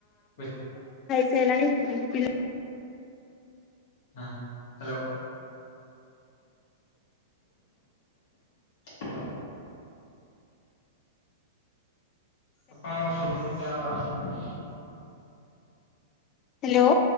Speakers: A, on the left; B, on the left.
A: ଉଏ
B: ସେ ଲାଣି ପି ପିଲା
A: ହଁ ହାଲୋ। ହାଲୋ। ଆପଣଙ୍କ ସ୍ୱର ମତେ ଆଉ ଆସୁନି।
B: ହେଲୋ।